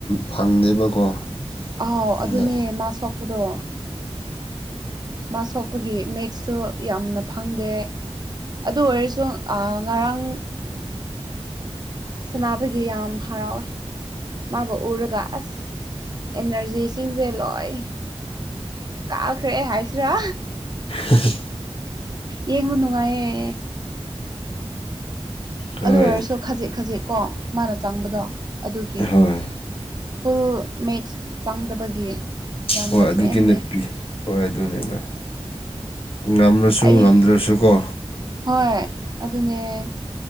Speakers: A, on the left (about 60°); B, on the right (about 40°).
A: ꯐꯪꯗꯦꯕꯀꯣ
B: ꯑꯥꯎ
A: ꯑꯗꯨꯅ
B: ꯑꯗꯨꯅꯦ ꯃꯥ ꯁꯣꯛꯄꯗꯣ ꯃꯥ ꯁꯣꯛꯄꯒꯤ ꯃꯦꯠꯁꯁꯨ ꯌꯥꯝꯅ ꯐꯪꯗꯦ ꯑꯗꯨ ꯑꯣꯏꯔꯁꯨ ꯑ ꯉꯔꯥꯡ ꯁꯅꯥꯅꯕꯒꯤ ꯌꯥꯝ ꯍꯔꯥꯎꯋꯦ ꯃꯥꯕꯨ ꯎꯔꯒ ꯑꯁ ꯑꯦꯅꯔꯖꯤꯁꯤꯡꯁꯦ ꯂꯣꯏ ꯀꯥꯈ꯭ꯔꯦ ꯍꯥꯏꯁꯤꯔꯥ
A: ꯍꯥ ꯍꯥ
B: ꯌꯦꯡꯕ ꯅꯨꯡꯉꯥꯏꯌꯦꯦ
A: ꯍꯣꯏ
B: ꯑꯗꯨ ꯑꯣꯏꯔꯁꯨ ꯈꯖꯤꯛ ꯈꯖꯤꯛꯀꯣ ꯃꯥꯅ ꯆꯪꯕꯗꯣ ꯑꯗꯨꯒꯤ
A: ꯍꯣꯏ
B: ꯐꯨꯜ ꯃꯦꯠꯁ ꯆꯪꯗꯕꯒꯤ ꯌꯥꯝꯅ
A: ꯍꯣꯏ ꯑꯗꯨꯒꯤꯅꯦ
B: ꯄꯦꯟꯗꯦ
A: ꯍꯣꯏ ꯑꯗꯨꯅꯦ ꯚ ꯉꯝꯃꯁꯨ
B: ꯑꯩ
A: ꯉꯝꯗ꯭ꯔꯁꯨꯀꯣ
B: ꯍꯣꯏ ꯑꯗꯨꯅꯦ